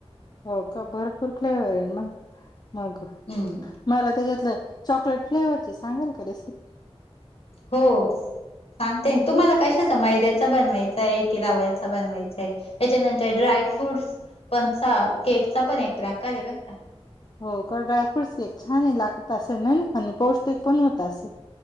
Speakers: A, on the left (about 40°); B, on the left (about 60°).
A: हो का भरपूर फ्लेवर आहे मग मग.
B: हम्म.
A: मला त्याच्यातलं चॉकलेट फ्लेवरची सांगाल का रेसिपी.
B: हो, सांगते तुम्हाला कशाचा मैद्याचा बनवायचा आहे की रावयाचा बनवायचा आहे. त्याच्यानंतर ड्राय फ्रूट्स पणचा केकचा पण एक प्र आकार आहे बरं का.
A: हो का ड्रायफ्रूट्स केक छान आहे लागत असेल ना हनी पौष्टिक पण होत असेल.